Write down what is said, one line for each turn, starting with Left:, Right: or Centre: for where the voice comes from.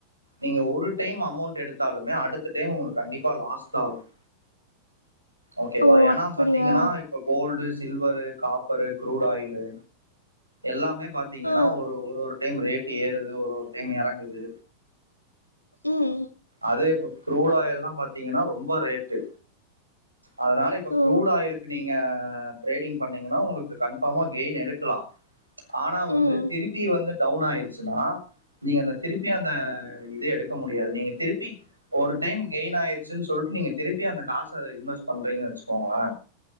Right: நீங்க ஒரு டைம் அமௌண்ட் எடுத்தாலுமே அடுத்த டைம் உங்களுக்கு கண்டிப்பா லாஸ் தான் ஆகும் ஓகேவா
Left: ஓ
Right: ஏனா
Left: அப்படியா
Right: பாத்திங்கன்னா இப்ப gold silver copper crude oil எல்லாமே பாத்திங்கனா
Left: ஆ
Right: ஒரு ஒரு ஒரு டைம் ரேட் ஏறுது ஒரு ஒரு டைம் எறங்குது
Left: உம்
Right: அதே இப்ப குரூட் ஆயில்லா பாத்தீங்ன்னா ரொம்ப ரேட்டு அதனால இப்ப
Left: ஓ
Right: குரூட் ஆயிலுக்கு நீங்க அ ட்ரேடிங் பண்ணிங்கனா உங்களுக்கு கன்ஃபாமா கெயின் எடுக்கலா ஆனா வந்து
Left: ம்
Right: திருப்பி வந்து டவுன் ஆயிருச்சுன்னா நீங்க அந்த திருப்பி அந்த இது எடுக்க முடியாது நீங்க திருப்பி ஒரு டைம் கெயின் ஆயிருச்சுன் சொல்ட்டு நீங்க திருப்பி அந்த காச இன்வெஸ்ட் பண்றிங்கன் வெச்சுக்கோங்களே